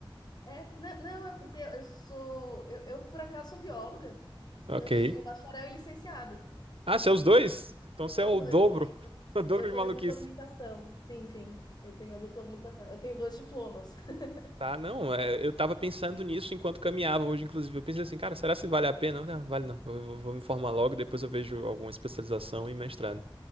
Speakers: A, on the left; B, on the right.
A: É, não, não, é porque eu sou, eu, eu por acaso sou bióloga e
B: Ok.
A: eu sou bacharel e licenciada.
B: Ah, você é os dois? Então
A: Eu
B: você
A: sou
B: é o
A: os dois,
B: dobro.
A: eu tenho,
B: <laughs> O dobro
A: eu tenho
B: de maluquice.
A: a dupla habilitação. Sim, sim, eu tenho a dupla habilitação. Eu tenho dois diplomas. <laughs>
B: Tá, não, é, eu tava pensando nisso enquanto caminhava hoje, inclusive. Eu pensei assim, cara, será se vale a pena? Não, vale não. Eu, eu vou me formar logo, depois eu vejo alguma especialização e mestrado.